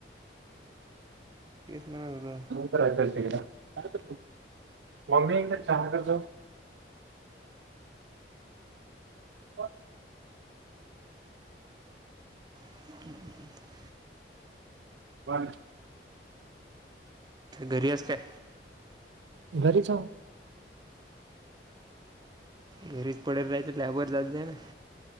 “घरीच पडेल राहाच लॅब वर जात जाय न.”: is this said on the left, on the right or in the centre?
Right